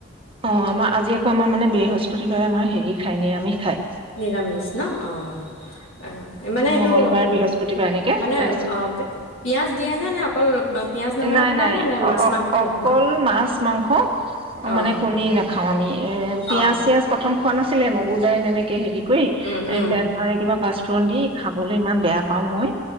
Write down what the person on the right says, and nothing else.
অ' আমাৰ আজি আকৌ আমাৰ মানে বৃহস্পতিবাৰে আমাৰ হেৰি খাই নিৰামিষ খাই
মংগলবাৰ বৃহস্পতিবাৰ এনেকে
তাৰপিছতে
নাই
নাই
অ অ
অকল
মাছ মাংস
মানে কণী নাখাওঁ আমি এ
পিয়াঁজ-চিয়াঁজ প্ৰথম খোৱা নাছিল আছিলে মগু দাইল এনেকে হেৰি <unintelligible>
এ তেল মাৰে কিবা <inaudible> <unintelligible> দি খাবলৈ ইমান বেয়া পাওঁ মই।